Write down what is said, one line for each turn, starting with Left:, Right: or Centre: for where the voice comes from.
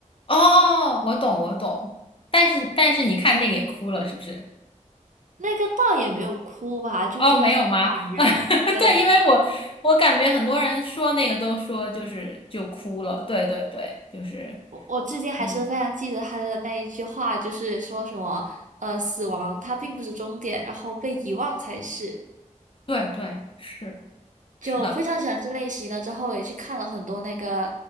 Left: 哦，我懂我懂，但是但是你看那个也哭了，是不是？
Right: 那个倒也没有哭吧，就觉得很感人。
Left: 哦，没有吗？<laughs>
Right: 对，
Left: 对，因为我我感觉很多人说那个都说就是就哭了，对对对，就是，
Right: 我我至今还是非常记得他的那一句话，
Left: 嗯，
Right: 就是说什么，呃，死亡它并不是终点，然后被遗忘才是。
Left: 对对是。是的。
Right: 就非常喜欢这类型的，之后也去看了很多那个，